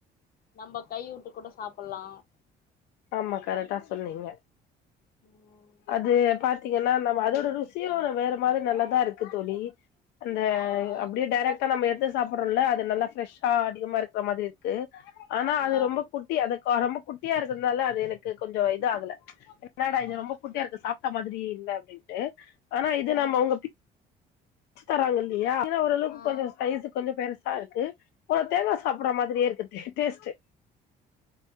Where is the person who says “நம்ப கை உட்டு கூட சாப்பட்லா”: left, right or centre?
Left